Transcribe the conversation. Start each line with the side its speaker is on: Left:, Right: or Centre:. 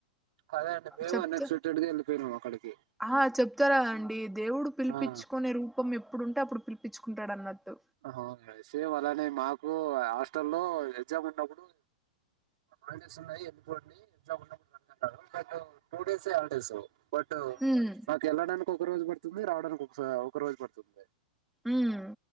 Right: అదే అండి మేము
Centre: చెప్తే
Right: అన్ఎక్స్పెక్టెడ్ గా వెళ్ళిపోయినాము అక్కడికి
Centre: ఆ చెప్తారా అండి దేవుడు పిలిపించుకునే
Right: ఆ
Centre: రూపం ఎ ఎప్పుడుంటే అప్పుడు పిలిపించుకుంటాడు అన్నట్టు
Right: అవును సేమ్ అలానే మాకు హాస్టల్ లో ఎగ్జామ్ ఉన్నప్పుడు <unintelligible> ఉన్నాయి ఎల్లి పోండి ఇంట్లో ఉన్నపుడు రండి అంటారు బట్ టూ డేసే హాలిడేస్ బట్
Centre: ఉమ్
Right: నాకు వెళ్ళడానికి ఒక రోజు పడు తుమీ రాడనుకో అసలా ఒక రోజు పడుతుంది
Centre: ఉమ్